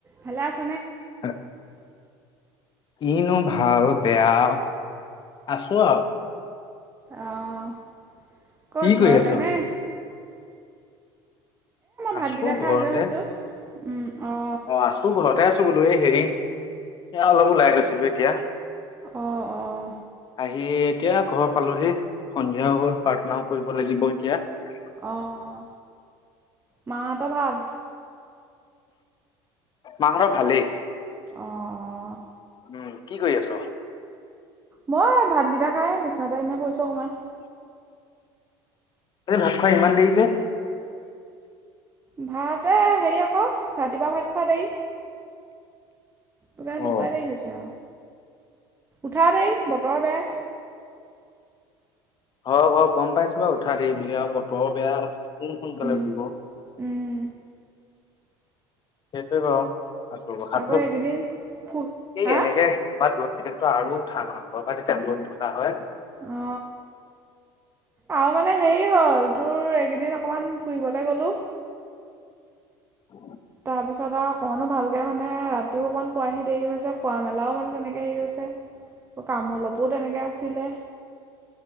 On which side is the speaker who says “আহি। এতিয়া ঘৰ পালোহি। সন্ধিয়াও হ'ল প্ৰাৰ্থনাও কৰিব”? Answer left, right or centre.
Left